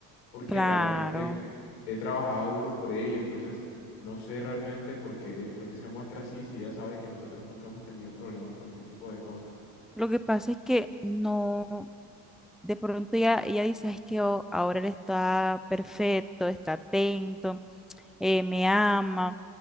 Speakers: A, on the left; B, in the centre.
A: Porque
B: claro.
A: realmente he trabajado duro por ello, entonces no sé realmente por qué, por qué se muestra así si ella sabe que nosotros nunca hemos tenido problemas con ese tipo de cosas.
B: Lo que pasa es que no, de pronto ella, ella dice, es que oh, ahora él está perfecto, está atento, eh, me ama,